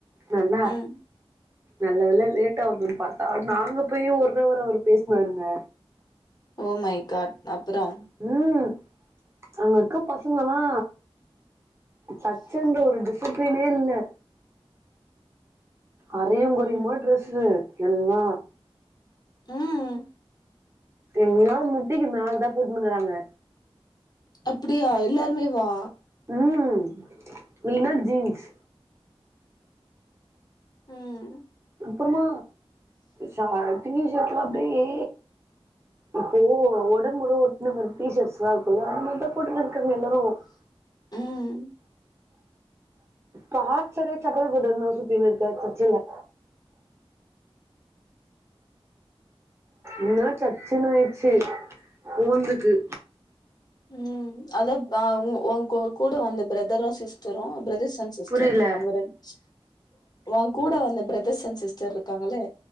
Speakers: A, on the right; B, on the left.
A: நல்லா
B: ம்
A: நல்லதெல்லா லேட்டாவான்னு பார்த்தா நாங்க போயும் ஒருரவ அவர் பேசுனாருங்க
B: ஓ மை காட் அப்புறம்
A: ம் அங்கருக்க பசங்களா சச்சண்ட ஒரு டிசிப்ளினே இல்ல அறையு கொறையுமா
B: ம்
A: ட்ரெஸ்ஸு எல்லா
B: ம்
A: எல்லா முட்டிக்கு மேல தா போட்னுகுறாங்க
B: அப்டியா எல்லாருமே வா
A: ம் மீனா ஜீன்ஸ்
B: ம்
A: அப்புறமா ச டிவிஷர்ட்லா அப்டியே இப்போ ஒடொம்போட ஒட்ன அந்த டீஷர்ஸ்லா இருக்குல அது மட்டு போட்டுருக்கா க்கமே எல்லாமே ஒக்
B: ம்
A: பாச்சரே சக்கர போட்டுந்தா சுத்தனு இருக்காரு சச்சல என்னா சச்சுன்னு ஆயிடுச்சு ஊந்துக்கு
B: ம் அத அ உ உங் உங் உங் கூட வந்த பிரதரு சொ சிஸ்டரு பிரதர்ஸ் அண்ட் சிஸ்டர்
A: புரில
B: அவங்க ரெண் வொங்கூட வந்த பிரத சன் சிஸ்டர் இருக்காங்களே